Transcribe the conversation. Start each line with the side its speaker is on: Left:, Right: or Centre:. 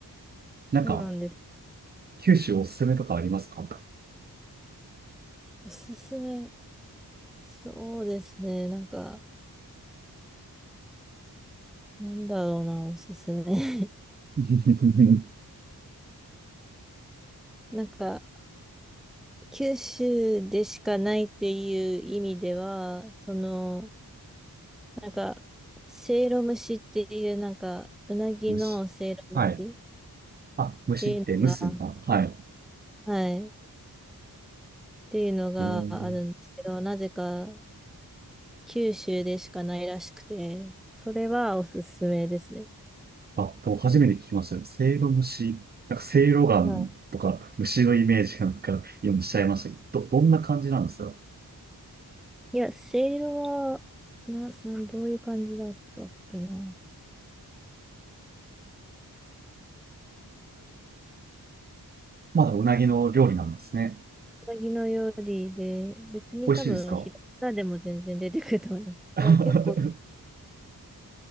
Right: なんか、
Centre: そうなんです。
Right: 九州おすすめとかありますか
Centre: おすすめ。そうですね。なんか、なんだろうな、おすすめ。<laughs>
Right: <laughs>
Centre: なんか、九州でしかないっていう意味では、その、なんか、せいろ蒸しっていう、なんか、うなぎのせいろ蒸しっ
Right: 虫。はい。あ、虫って虫すか。
Centre: ていうのが、
Right: はい。
Centre: はい、っていうのがあるんですけど、
Right: えー
Centre: なぜか九州でしかないらしくて、それはおすすめですね。
Right: あ、多分初めて聞きましたね。せいろ蒸し。なんかせいろガンとか虫のイメージがなんか今しちゃいましたけど、
Centre: はい
Right: ど、どんな感じなんですか
Centre: いや、せいろは、な、なん、どういう感じだったっけな。う
Right: まだうなぎの料理なんですね。
Centre: なぎの料理で、別に多分、
Right: 美味しいですか
Centre: 平仮名でも全然出てくると思います。
Right: <laughs>
Centre: あ、結構、